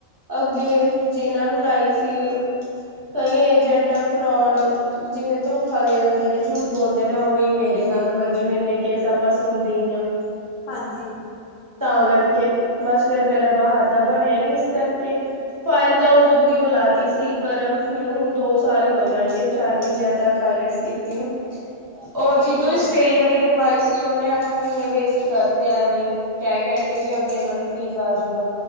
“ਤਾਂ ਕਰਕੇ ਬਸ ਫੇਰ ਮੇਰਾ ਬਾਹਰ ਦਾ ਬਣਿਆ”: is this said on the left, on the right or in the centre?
Right